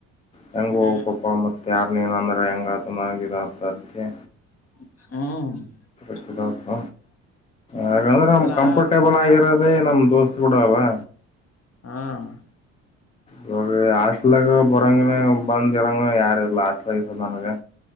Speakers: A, on the left; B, on the left.
A: ಹೆಂಗ
B: ಹ್ಮ್
A: ಹೋಗ ಪಪ್ಪ ಮತ್ತ ಯಾರ್ನ ನಂದ್ರ ಹೆಂಗ ಆತನಗಿದಸಧ್ಯೆ
B: ಹ್ಮ
A: ಷ್ಟಪ ಹಾಗಂದ್ರೆ ನಮ್
B: ಎಲ್ಲಾ
A: ಕಂಫರ್ಟೇಬಲ್ ಆಗಿರೋದೇ ನಮ್ ದೋಸ್ತ್ ಕೂಡ ಅವಾ
B: ಹ್ಮ್
A: ಇವಾಗ ಹಾಸ್ಲಾಗ ಬರಂಗನ ಬಂದ್ ಇರಂಗನ ಯಾರ ಇಲ್ಲ ಹ ಆಸ್ಟ್ಲ ನನಗೆ